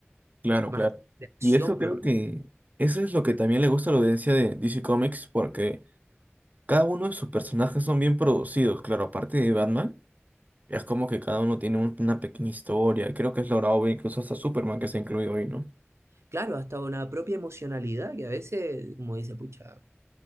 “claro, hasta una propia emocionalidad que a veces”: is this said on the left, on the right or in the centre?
Right